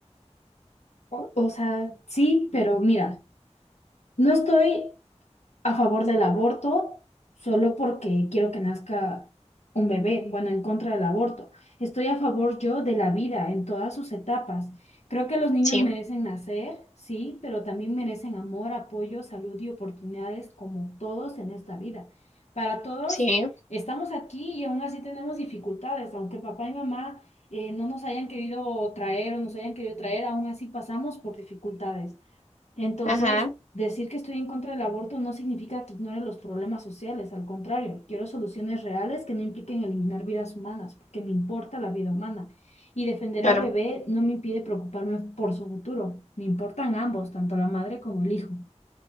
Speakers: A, on the left; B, on the left.
A: O, o sea, sí, pero mira, no estoy, a favor del aborto solo porque quiero que nazca un bebé, bueno, en contra del aborto. Estoy a favor yo de la vida en todas sus etapas. Creo que los niños
B: Sí,
A: merecen nacer, sí, pero también merecen amor, apoyo, salud y oportunidades como todos en esta vida. Para todos
B: sí,
A: estamos aquí y aún así tenemos dificultades, aunque papá y mamá eh, no nos hayan querido traer o nos hayan querido traer, aún así pasamos por dificultades. Entonces,
B: ujú,
A: decir que estoy en contra del aborto no significa que ignore los problemas sociales, al contrario, quiero soluciones reales que no impliquen eliminar vidas humanas, porque me importa la vida humana. Y defender
B: claro.
A: al bebé no me impide preocuparme por su futuro, me importan ambos, tanto la madre como el hijo.